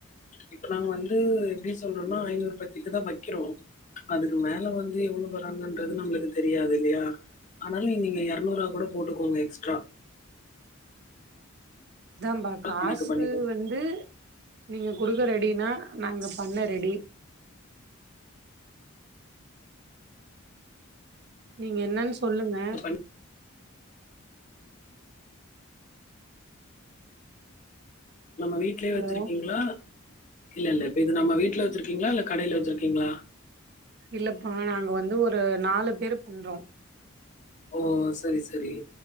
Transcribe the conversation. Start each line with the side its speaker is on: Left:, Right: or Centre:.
Left: இப்ப நாங்க வந்து எப்டி சொல்றோன்னா ஐநூறு பத்ரிக்க தா வக்கிறோ அதுக்கு மேல வந்து எவ்ளோ வ ருவாங்கன்றது நம்ளுக்கு தெரியாது இல்லையா ஆனாலு நீங்க எரநூறா கூட போட்டுக்கோங்க எக்ஸ்ட்ரா
Right: அதாம்பா காசு
Left: கணக்கு பண்ணிக்கோங்க.
Right: வந்து நீங்க குடுக்க ரெடினா நாங்க பண்ண ரெடி நீங்க என்னன் சொல்லுங்க
Left: இப்ப பண்ணி- நம்ம வீட்லயே
Right: ஹலோ
Left: வச்சிருக்கீங்ளா இல்லல்ல இப்ப இது நம்ம வீட்ல வச்சிருக்கீங்ளா இல்ல கடைல வச்சிருக்கீங்ளா
Right: இல்லப்பா நாங்க வந்து ஒரு நாலு பேரு பண்றோ
Left: ஓ செரி செரி